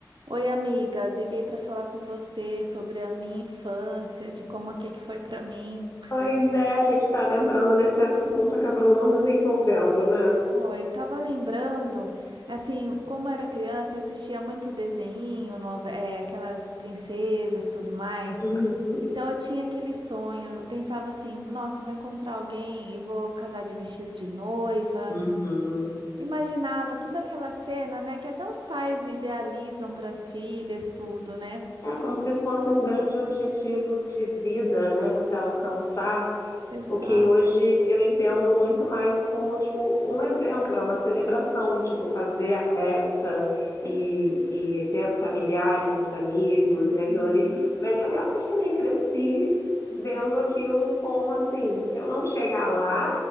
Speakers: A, on the right (about 80°); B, on the left (about 40°).
A: Oi, amiga, liguei para falar com você sobre a minha infância, de como é que foi para mim.
B: Pois é, a gente estava entrando nesse assunto, acabamos não desenvolvendo, né?
A: Oi, tava lembrando, assim, como era criança, eu assistia muito desenho, nove- eh, aquelas princesas, tudo mais.
B: Uhum,
A: Então eu tinha aquele sonho, eu pensava assim, nossa, eu vou encontrar alguém e vou casar de vestido de noiva.
B: uhum.
A: Imaginava toda aquela cena, né, que até os pais idealizam para as filhas, tudo, né?
B: É como se fosse um grande objetivo de vida, né? Você alcançar.
A: Exato.
B: O que hoje eu entendo muito mais como, tipo, um evento, é uma celebração, tipo, fazer a festa e, e ter os familiares e os amigos e aquilo
A: Uhum.
B: ali. Mas eu realmente também cresci vendo aquilo como, assim, se eu não chegar lá,